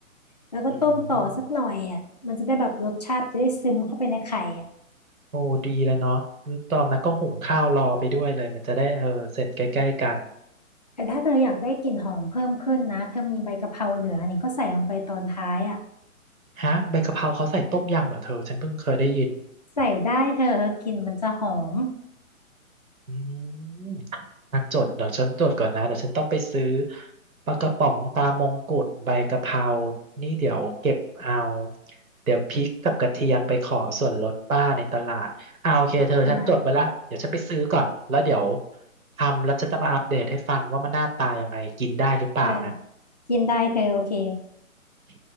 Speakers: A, on the left; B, on the right.
A: แล้วก็ต้มต่อสักหน่อยอ่ะมันจะได้แบบรสชาติจะได้ซึมเข้าไปในไข่อ่ะ
B: อืมโอ้ดีเลยเนาะตอนนั้นก็หุงข้าวรอไปด้วยเลยมันจะได้เออเสร็จใกล้ๆกัน
A: แต่ถ้าเธออยากได้กลิ่นหอมเพิ่มขึ้นนะเธอมีใบกะเพราเหลือนี่ก็ใส่ลงไปตอนท้ายอ่ะ
B: ฮะใบกะเพราเขาใส่ต้มยำเหรอเธอฉันเพิ่งเคยได้ยิน
A: ใส่ได้เธอกลิ่นมันจะหอม
B: อืมนักจดเดี๋ยวฉันจดก่อนนะเดี๋ยวฉันต้องไปซื้อปลากระป๋องปลามงกุฎใบกะเพรานี่เดี๋ยวเก็บเอา เดี๋ยวพริกกับกระเทียมไปขอส่วนลดป้าในตลาดเอาโอเคเธอฉันจดไว้ละเดี๋ยวฉันไปซื้อก่อนแล้วเดี๋ยว
A: อ่า
B: ทำแล้วฉันจะมาอัปเดตให้ฟังว่ามันหน้าตายังไงกินได้หรือเปล่านะ
A: เออกินได้เธอโอเค
B: โอเค